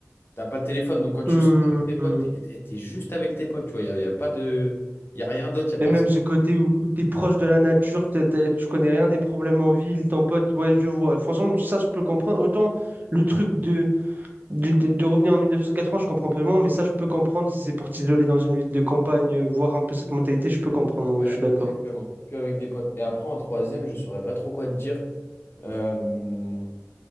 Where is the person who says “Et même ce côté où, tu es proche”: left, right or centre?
Right